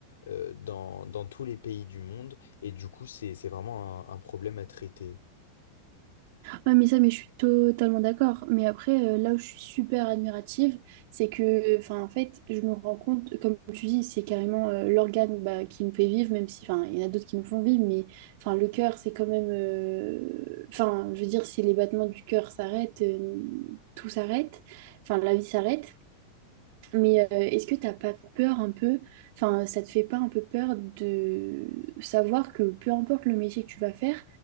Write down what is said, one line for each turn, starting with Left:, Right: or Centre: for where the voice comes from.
Left: euh, dans, dans tous les pays du monde. Et du coup, c'est, c'est vraiment un, un problème à traiter.
Right: Ah, mais ça, mais je suis totalement d'accord. Mais après, euh, là où je suis super admirative, c'est que, enfin, en fait, je me rends compte, comme tu dis, c'est carrément euh, l'organe bah, qui nous fait vivre, même si, enfin, il y en a d'autres qui nous font vivre, mais, enfin, le cœur, c'est quand même, euh, enfin, je veux dire, si les battements du cœur s'arrêtent, euh, tout s'arrête, enfin, la vie s'arrête. Mais euh, est-ce que t'as pas peur un peu, enfin, ça te fait pas un peu peur de savoir que peu importe le métier que tu vas faire,